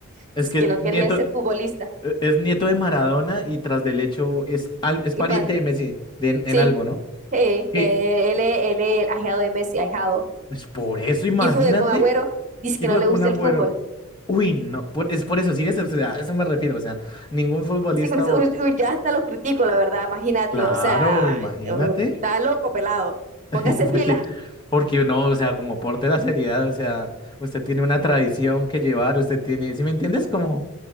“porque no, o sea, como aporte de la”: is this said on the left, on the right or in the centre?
Left